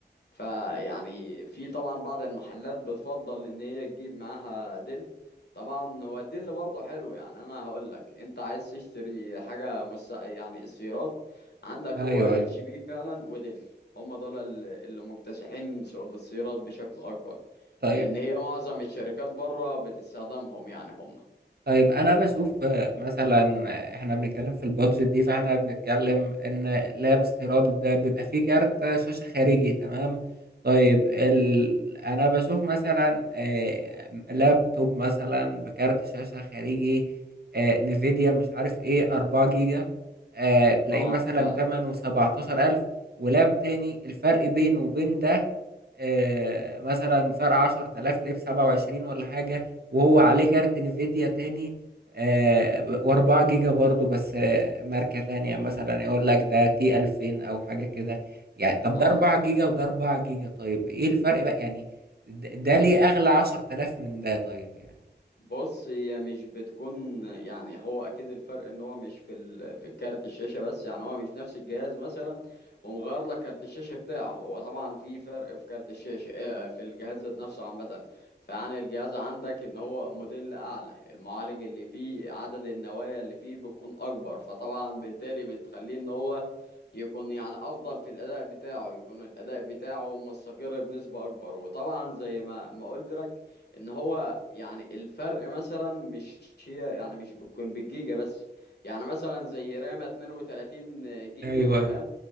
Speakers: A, on the left; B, on the right.
A: فيعني في طبعا بعض المحلات بتفضل ان هي تجيب معاها ديل طبعا هو الديل برضه حلو يعني انا هقول لك انت عايز تشتري حاجه مس... يعني السيارات عندك
B: ايوه
A: هو اتش
B: ايوه
A: بي فعلا وديل هم دول ال- اللي مكتسحين سوق السيارات بشكل اكبر
B: طيب
A: لان هي معظم الشركات بره بتستخدمهم يعني هم
B: طيب انا بشوف آه، مثلا آه، احنا بنتكلم في البادجت دي فاحنا بنتكلم ان لاب استيراد ده بيبقى فيه كارت شاشة خارجي تمام طيب ال... انا بشوف مثلا آه، لابتوب مثلا بكارت شاشة خارجي آه، نيفيديا مش عارف ايه 4 جيجا آه، تلاقيه
A: اه
B: مثلا
A: فعلا
B: تمنه 17000 ولاب تاني الفرق بينه وبين ده آه، مثلا فرق 10000 تلاقيه ب 27 ولا حاجة وهو عليه كارت انفيديا تاني آه واربعة جيجا برضو بس آه ماركة تانية مثلا يقول لك ده تي الفين او حاجة كده يعني طب
A: اه
B: ده اربعة جيجا وده اربعة جيجا طيب ايه الفرق بقى يعني د- ده ليه اغلى عشر تلاف من ده طيب يعني
A: بص هي مش بتكون يعني هو اكيد الفرق ان هو مش في ال... في الكارت الشاشه بس يعني هو مش نفس الجهاز مثلا ومغير لك كارت الشاشه بتاعه هو طبعا في فرق في كارت الشاشه آه، في الجهاز ذات نفسه عامه فيعني الجهاز عندك ان هو موديل اعلى المعالج اللي فيه عدد النوايا اللي فيه بتكون اكبر فطبعا بالتالي بتخليه ان هو يكون يعني افضل في الاداء بتاعه يكون الاداء بتاعه مستقر بنسبه اكبر وطبعا زي ما ما قلت لك ان هو يعني الفرق مثلا مش هي يعني مش بتكون بالجيجا بس يعني مثلا زي رامة 32 جيجا
B: ايوه
A: تمام
B: ايوه